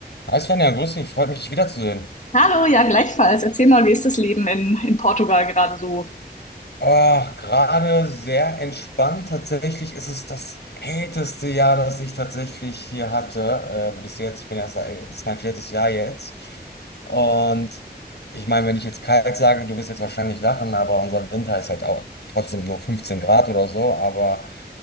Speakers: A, on the left (about 80°); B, on the left (about 45°).
A: Hi Svenja, grüß dich, freut mich, dich wiederzusehen.
B: Hallo, ja, gleichfalls. Erzähl mal, wie ist das Leben in, in Portugal gerade so?
A: Oh, gerade sehr entspannt. Tatsächlich ist es das kälteste Jahr, das ich tatsächlich hier hatte. Äh, bis jetzt, ich bin erst, äh, das ist mein viertes Jahr jetzt. Und ich meine, wenn ich jetzt kalt sage, du wirst jetzt wahrscheinlich lachen, aber unser Winter ist halt auch trotzdem nur 15 Grad oder so. Aber